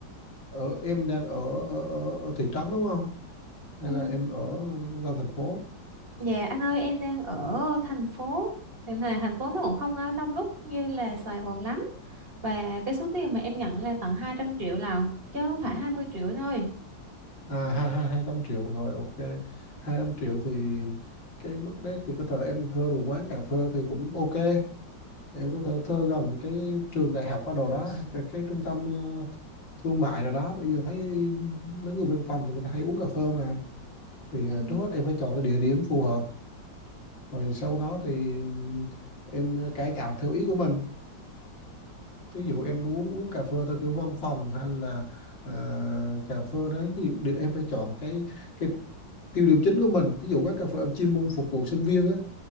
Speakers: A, on the left; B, on the right.
A: ở em đang ở ở, ở ở thị trấn đúng không hay
B: Ừ.
A: là em ở gần thành phố
B: Dạ anh ơi em đang ở thành phố Thành hà- thành phố nó cũng không có đông đúc như là Sài Gòn lắm Và cái số tiền mà em nhận là tận 200 triệu lận Chứ không phải 20 triệu anh ơi
A: à hai hai hai trăm triệu rồi ok hai trăm triệu thì cái mức đấy thì có thể em thuê một quán cà phê thì cũng ok em có thể thuê gần cái trường đại học ở đồ đó cái, cái trung tâm ờ, thương mại rồi đó bây giờ thấy mấy người văn phòng thì người ta hay uống cà phê mà thì
B: Ừ.
A: ờ, trước hết em phải chọn cái địa điểm phù hợp rồi sau đó thì em cải tạo theo ý của mình ví dụ em muốn uống cà phê theo kiểu văn phòng hay là ờ, cà phê đấy ví dụ địa- em phải chọn cái cái tiêu điểm chính của mình ví dụ quán cà phê em chuyên môn phục vụ sinh viên á